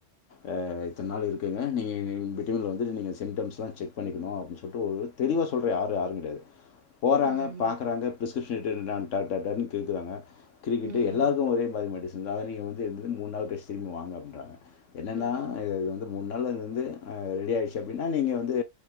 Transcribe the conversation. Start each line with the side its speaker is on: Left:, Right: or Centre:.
Left: அ இத்தன நாளு இருக் குங்க நீங்க எ பிட்வின்ல வந்து நீங்க அந்த சிம்டம்ஸ்லா செக் பண்ணிக்கணு அப்டின் சொல்ட்டு தெளிவா சொல்றது ஆரு ஆருங் கெடையாது போறாங்க
Right: ம்
Left: பாக்றாங்க பிரிஸ்கிரிப்ஷனல் தெரியிதான் டாட் டாட் டாட்ன்னு கிறுக்குறாங்க கிறிக்கிட்டு
Right: ம்
Left: எல்லாருக்கு ஒரே மாரி மெடிசன் தா அத நீங்க வந்து திடீர்னு மூண் நாள் கழிச்சு திரும்பி வாங்க அப்டின்றாங்க என்னென்னா
Right: ம்
Left: இது இது வந்து மூணு நாள்ல அது வந்து அ ரெடி ஆய்ருச்சு அப்டின்னா நீங்க வந்து